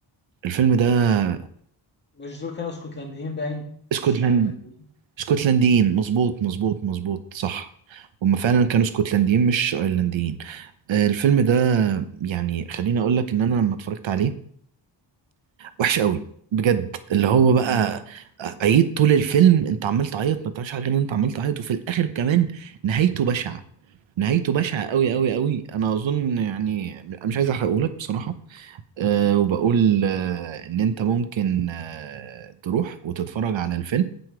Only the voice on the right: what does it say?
الفيلم ده
اسكتلند
اسكتلنديين مظبوط مظبوط مظبوط صح هما فعلا كانوا اسكتلنديين مش ايرلنديين آه، الفيلم ده يعني خليني اقول لك ان انا لما اتفرجت عليه وحش قوي بجد اللي هو بقى عيط طول الفيلم انت عمال تعيط ما بتعملش حاجه غير ان انت عمال تعيط وفي الاخر كمان نهايته بشعه نهايته بشعه قوي قوي قوي انا اظن يعني انا مش عايز احرقهولك بصراحه أه وبقول أه ان انت ممكن أه تروح وتتفرج على الفيلم